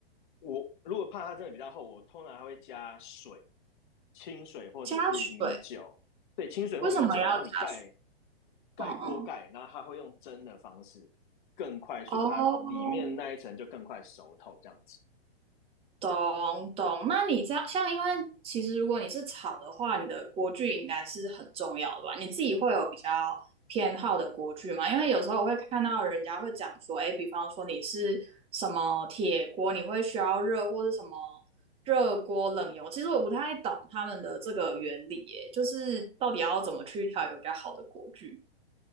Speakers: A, on the left; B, on the right.
A: 我如果怕它真的比较厚，我通常还会加水。清水或者是米酒，
B: 加水
A: 对，清水或米酒，
B: 为什么要加水？
A: 然后你盖盖锅盖，
B: 嗯嗯，
A: 然后它会用蒸的方式更快速，
B: 哦，
A: 它里面那一层就更快熟透这样子。
B: 懂懂，那你这样像，因为其实如果你是炒的话，你的锅具应该是很重要的吧？你自己会有比较偏好的锅具吗？因为有时候我会看到人家会讲说，哎，比方说你是什么铁锅，你会需要热或是什么热锅冷油，其实我不太懂他们的这个原理，耶，就是到底要怎么去挑一个比较好的锅具？